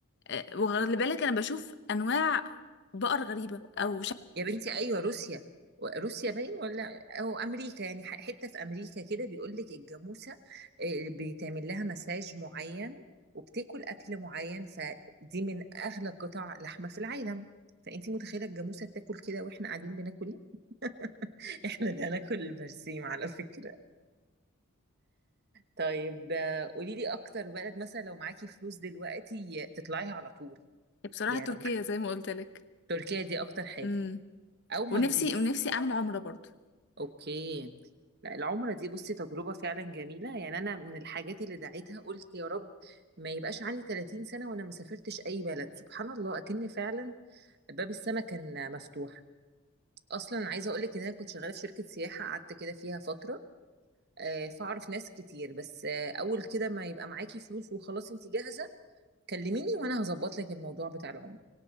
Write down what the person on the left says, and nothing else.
آه، وخلي بالك أنا بشوف أنواع بقر غريبة أو شكل
بصراحة
تركيا
زي ما قلت لك
امم
ونفسي ونفسي أعمل عمرة برضو